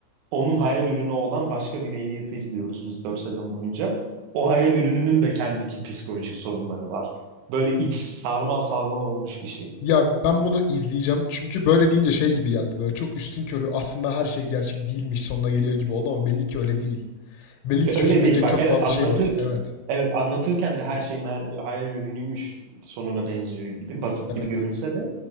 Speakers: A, on the right; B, on the left.
A: Onun hayal ürünü olan başka bir Elliot'ı izliyoruz biz 4 sezon boyunca. O hayal ürününün de kendi psikolojik sorunları var. Böyle iç sarmal sarmal olmuş bir şey.
B: Ya ben bunu izleyeceğim. Çünkü böyle deyince şey gibi geldi böyle çok üstünkörü aslında her şey gerçek değilmiş sonuna geliyor gibi oldu ama belli ki öyle değil. Belli
A: Be-
B: ki çözümlenecek
A: Öyle değil. Bak
B: çok
A: evet
B: fazla
A: anlatır
B: şey var. Evet.
A: evet anlatırken de her şey mer hayal ürünüymüş sonuna benziyor gibi basit gibi
B: Evet.
A: görünse de